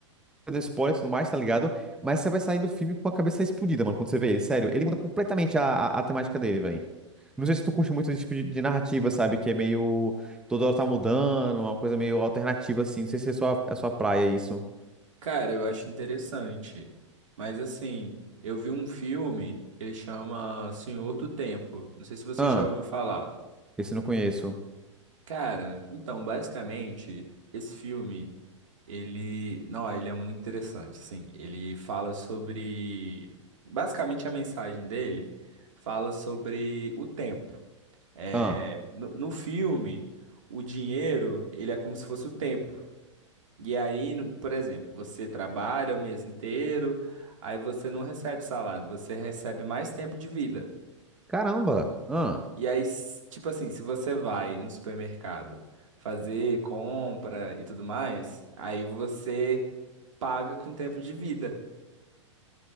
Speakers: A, in the centre; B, on the right.
A: dar spoiler e tudo mais, tá ligado? Mas você vai sair do filme com a cabeça explodida, mano, quando você vê ele. Sério, ele muda completamente a, a, a temática dele, velho. Não sei se tu curte muito esse tipo de, de narrativa, sabe? Que é meio. Toda hora tá mudando, uma coisa meio alternativa, assim. Não sei se é sua, é sua praia isso.
B: Cara, eu acho interessante. Mas assim, eu vi um filme que ele chama Senhor do Tempo. Não sei se você
A: Ah,
B: já ouviu falar.
A: esse eu não conheço.
B: Cara, então, basicamente, esse filme, ele, não, ele é muito interessante, sim. Ele fala sobre, basicamente a mensagem dele fala sobre o tempo. É,
A: Ah,
B: no, no filme, o dinheiro, ele é como se fosse o tempo. E aí, no- por exemplo, você trabalha o mês inteiro, aí você não recebe salário, você recebe mais tempo de vida.
A: caramba. Ah.
B: E aí, s- tipo assim, se você vai no supermercado fazer compra e tudo mais, aí você paga com tempo de vida.